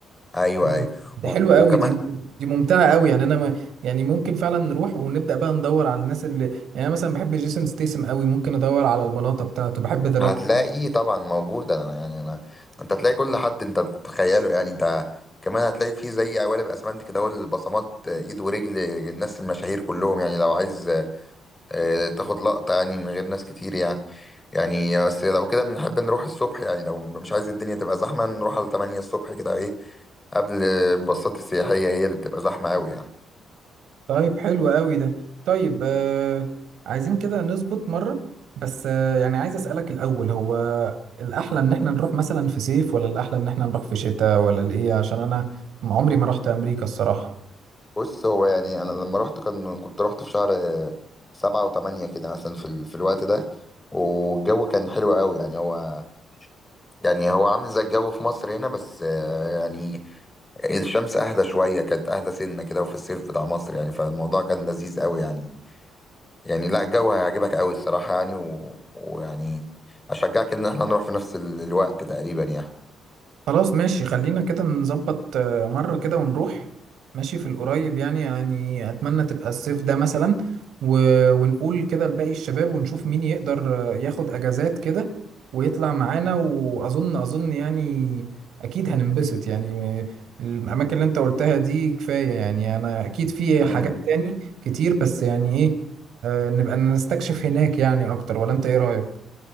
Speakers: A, on the left (about 20°); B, on the right (about 75°).
A: ايوه
B: آه.
A: ايوه
B: دي
A: و-
B: حلوة
A: وكمان
B: قوي دي دي دي ممتعة قوي يعني انا ما يعني ممكن فعلا نروح ونبدأ بقى ندور على الناس اللي يعني انا مثلا بحب جيسون ستيسم قوي ممكن ادور على البلاطة بتاعته بحب ذا روك
A: هتلاقي طبعا موجود انا يعني انا انت هتلاقي كل حد انت بتتخيله يعني انت كمان هتلاقي فيه زي قوالب اسمنت كده اهو البصمات آه، ايد ورجل الناس المشاهير كلهم يعني لو عايز آه، تاخد لقطة يعني من غير ناس كتير يعني يعني بس لو كده نحب نروح الصبح يعني لو مش عايز الدنيا تبقى زحمة نروح على 8 الصبح كده ايه قبل الباصات السياحية هي اللي بتبقى زحمة أوي يعني
B: طيب حلو قوي ده طيب آه عايزين كده نظبط مرة بس آه يعني عايز أسألك الأول هو الأحلى إن إحنا نروح مثلا في صيف ولا الأحلى إن إحنا نروح في شتاء ولا الإيه عشان أنا عمري ما رحت أمريكا الصراحة
A: بص هو يعني أنا لما رحت كان كنت رحت في شهر آه، سبعة وتمانية كده مثلا في, ال... في الوقت ده والجو كان حلو أوي يعني هو يعني هو عامل زي الجو في مصر هنا بس آه، يعني الشمس أهدى شوية كانت أهدى سنة كده وفي الصيف بتاع مصر يعني فالموضوع كان لذيذ أوي يعني يعني لا الجو هيعجبك قوي الصراحة يعني و... ويعني أشجعك إن احنا نروح في نفس ال- الوقت تقريبا يعني
B: خلاص ماشي خلينا كده نظبط آه، مرة كده ونروح ماشي في القريب يعني يعني أتمنى تبقى الصيف ده مثلا و... ونقول كده لباقي الشباب ونشوف مين يقدر آه، ياخد أجازات كده ويطلع معانا وأظن أظن يعني أكيد هننبسط يعني آه، الأماكن اللي أنت قلتها دي كفاية يعني أنا أكيد في حاجات
A: مم.
B: تاني كتير بس يعني إيه آه، نبقى نستكشف هناك يعني أكتر ولا أنت إيه رأيك؟